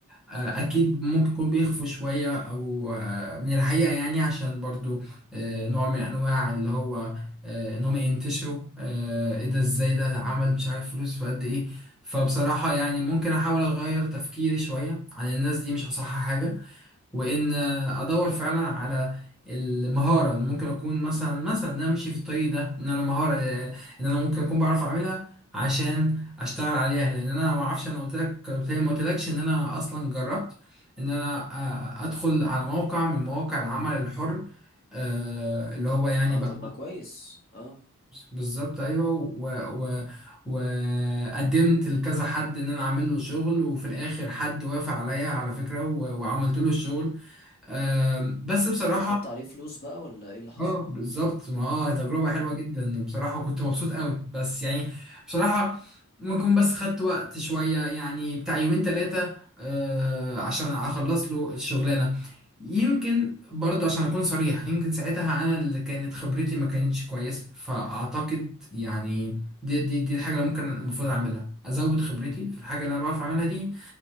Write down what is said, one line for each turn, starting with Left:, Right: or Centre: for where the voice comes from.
Centre: آه، اكيد ممكن يكونوا بيخفوا شويه او آه، من الحقيقه يعني عشان برضو آه، نوع من انواع اللي هو آه، ان هم ينتشروا آه، ايه ده ازاي ده عمل مش عارف فلوس في قد ايه فبصراحه يعني ممكن احاول اغير تفكيري شويه عن الناس دي مش اصح حاجه وان ادور فعلا على المهاره إن ممكن اكون مثلا مثلا ان انا امشي في الطريق ده ان انا مهاره ان انا ممكن اكون بعرف اعملها عشان اشتغل عليها لان انا ما اعرفش انا قلت لك قلت لي ما قلتلكش ان انا اصلا جربت ان انا آه، ادخل على موقع من مواقع العمل الحر آه، اللي هو يعني
Left: اه
Centre: بقى
Left: طب ما كويس اه
Centre: بالظبط ايوه و و وقدمت لكذا حد ان انا اعمل له شغل وفي الاخر حد وافق عليا على فكره و- وعملت له الشغل آم، بس بصراحة
Left: وخدت عليه فلوس بقى ولا ايه اللي حصل
Centre: اه بالظبط ما اه تجربة
Left: مم.
Centre: حلوة جدا يعني بصراحة وكنت مبسوط قوي بس يعني بصراحة ممكن أكون بس خدت وقت شوية يعني بتاع يومين تلاتة آه عشان اخلص له الشغلانة يمكن برضه عشان اكون صريح يمكن ساعتها انا اللي كانت خبرتي ما كانتش كويسة فاعتقد يعني دي دي دي الحاجة اللي ممكن المفروض اعملها ازود خبرتي في الحاجة اللي انا بعرف اعملها دي